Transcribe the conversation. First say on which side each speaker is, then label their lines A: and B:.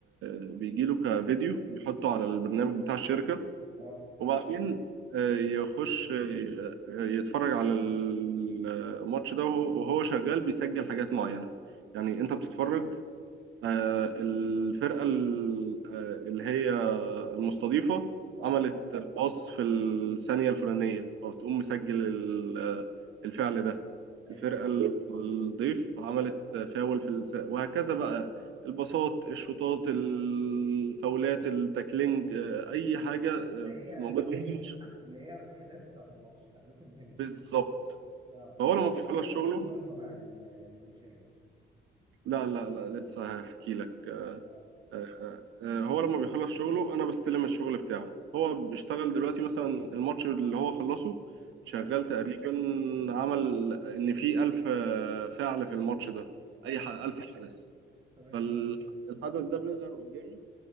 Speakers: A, on the right; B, on the right.
A: بيجيله كفيديو يحطه على البرنامج بتاع الشركة
B: اه
A: وبعدين آه، يخش آه، يتفرج على الماتش ده وهو وهو شغال بيسجل حاجات معينة يعني انت بتتفرج آه، الفرقة ال- آه، اللي هي المستضيفة
B: اه
A: عملت الباص في الثانية الفلانية فبتقوم مسجل ال- آه، الفعل ده
B: ايوه
A: الفرقة ال- الضيف عملت فاول في الس... وهكذا بقى الباصات الشوطات الفاولات التاكلينج آه، أي حاجة آه،
B: اللي هي
A: موجودة <laughs> في الماتش.
B: اللي هي الاحداث بتاعت الماتش الاحداث المهمه
A: بالظبط
B: اه
A: فهو
B: انت
A: لما بيخلص
B: انت
A: شغله
B: بتظهرها بقى لل... للمشاهد
A: لا لا لا لسه هحكي لك
B: اه
A: آه، آه، هو لما بيخلص شغله انا بستلم الشغل بتاعه هو بيشتغل دلوقتي مثلا الماتش اللي هو خلصه شغال
B: حلو
A: تقريبا عمل ان في 1000 آه، فعل في الماتش ده
B: حلو
A: اي 1000 حدث
B: تمام
A: فالحدث ده بيظهر قدامي